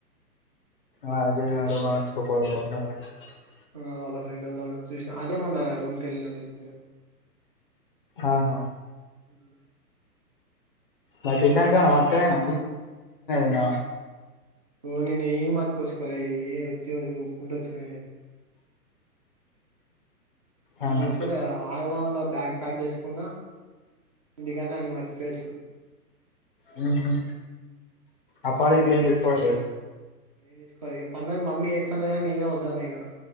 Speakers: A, on the left (about 35°); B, on the right (about 25°).
A: ఆ అదే వాడు వా చకో <unintelligible>
B: ఆ వాళ్ళ ఫ్రెండ్ ఉల్ చూసినా అదే మొన్నా రూమ్కి వెల్లిండని చెప్పిన
A: అహా
B: అ
A: మా తింటానికి పత్కపోయిన ఉన్నాయ
B: ఓ నేను ఏ పట్కో వచ్చకోలాగగి ఏ వతిదు ఉపు కుంట వచ్చన
A: అవునా
B: నేను చెప్పలే ఆగమగం బ్యాగ్ ప్యాక్ చేసుకున్నా ఇంటికాడనే అన్ని మర్చిపోయి వచ్చిన
A: హుహు అప్పాలు గిట్ల ఏం తీసుకపోలేదు
B: నేను తీసుకోవాలి ఇక పండగ మమ్మీ చేత్తాన్న ఇగ నేనే వద్దాన్నా ఇంగా